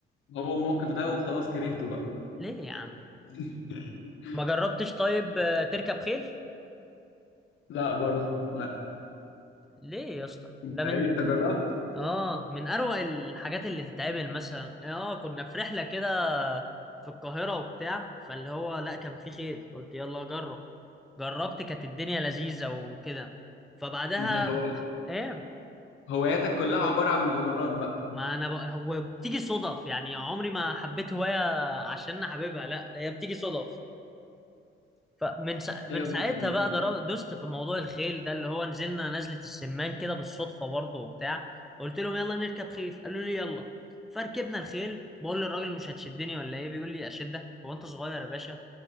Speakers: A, on the left; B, in the centre.
A: هو الموقف ده وخلاص كرهته بقى
B: ليه يا عم
A: <laughs>
B: ما جربتش طيب آه، تركب خيل
A: لا برضه لا
B: ليه يا اسطى
A: انت
B: ده من
A: ايه انت جربت
B: اه من اروع الحاجات اللي تتعمل مثلا اه كنا في رحله كده في القاهره وبتاع فاللي هو لا كان في خيل قلت يلا جرب جربت كانت الدنيا لذيذه وكده فبعدها
A: انت هو
B: ايه
A: هواياتك كلها عباره عن مغامرات بقى
B: ما انا ب... هو بتيجي صدف يعني عمري ما حبيت هوايه عشان انا حاببها لا هي بتيجي صدف فمن سا... من
A: ايوه
B: ساعتها
A: بس إيه؟
B: بقى در- دست في موضوع الخيل ده اللي هو نزلنا نزلة السمان كده بالصدفة برضه وبتاع قلت لهم يلا نركب خيل قالوا لي يلا فركبنا الخيل بقول للراجل مش هتشدني ولا ايه بيقول لي اشدك هو انت صغير يا باشا